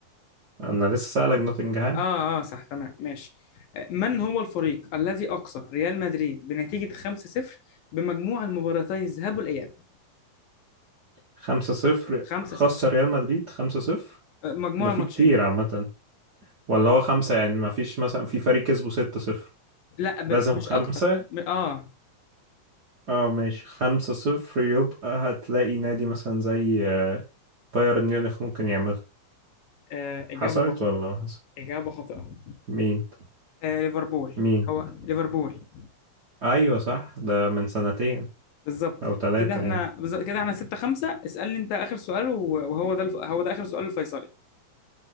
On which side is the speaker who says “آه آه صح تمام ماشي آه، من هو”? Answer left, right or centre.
Left